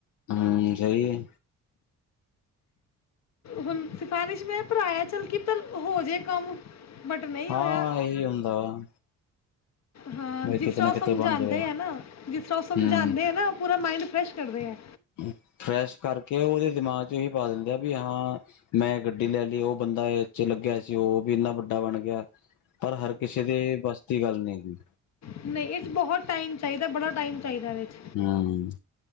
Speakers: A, on the left; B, on the left.
A: ਹੂੰ ਸਹੀ ਹੈ।
B: ਹੁਣ ਸਿਫਾਰਸ਼ ਮੈਂ ਭਰਾ ਆ ਚੱਲ ਕੀ ਪਤਾ ਹੋ ਜੇ ਕੰਮ ਬਟ ਨਹੀਂ
A: ਹਾਂ
B: ਹੋਇਆ
A: ਇਹੀ ਹੁੰਦਾ ਵਾ
B: ਹਾਂ
A: ਬਈ
B: ਜਿਸ
A: ਕਿਤੇ
B: ਤਰ੍ਹਾਂ
A: ਨਾ ਕਿਤੇ
B: ਉਹ ਸਮਝਾਉਦੇ
A: ਬਣ ਜਾਵੇ
B: ਆ ਨਾ ਜਿਸ ਤਰ੍ਹਾਂ ਉਹ
A: ਹੂੰ
B: ਸਮਝਾਉਂਦੇ ਆ ਨਾ ਪੂਰਾ ਮਾਈੰਡ ਫਰੈਸ਼ ਕਰਦੇ ਹੈ।
A: ਹੂੰ। ਫਰੈਸ਼ ਕਰਕੇ ਉਹਦੇ ਦਿਮਾਗ ਚ ਇਹੀ ਪਾ ਦਿੰਦੇ ਆ ਵੀ ਹਾਂ ਮੈਂ ਗੱਡੀ ਲੈ ਲਈ ਉਹ ਬੰਦਾ ਇਹ 'ਚ ਲੱਗਿਆ ਸੀ ਉਹ ਵੀ ਇੰਨਾ ਵੱਡਾ ਬਣ ਗਿਆ ਪਰ ਹਰ ਕਿਸੇ ਦੇ ਬਸ ਦੀ ਗੱਲ ਨਹੀ।
B: ਸੀ ਨਹੀਂ ਇਹ 'ਚ ਬਹੁਤ ਟਾਈਮ ਚਾਹੀਦਾ ਬੜਾ ਟਾਈਮ ਚਾਹੀਦਾ ਇਹਦੇ 'ਚ
A: ਹੂੰ